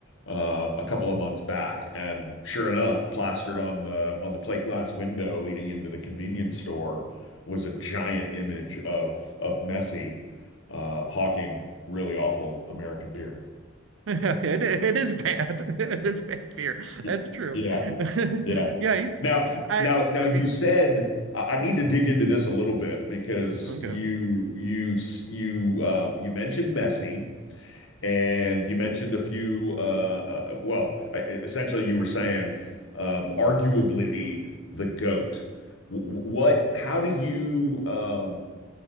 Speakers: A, on the left (about 75°); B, on the right (about 70°).
A: uh, a couple of months back, and sure enough, plastered on the on the plate glass window leading into the convenience store was a giant image of of Messi uh, hawking really awful American beer.
B: It it is bad. <laughs> It is bad beer. That's
A: Y-
B: true.
A: Yeah,
B: <laughs>
A: yeah.
B: Yeah, he's
A: Now,
B: I
A: now, now you
B: it,
A: said I I need to dig into this a little bit because
B: okay.
A: you you s- you uh, you mentioned Messi and you mentioned a few uh, uh well I- e, essentially you were saying um arguably the GOAT. Wh- What how do you um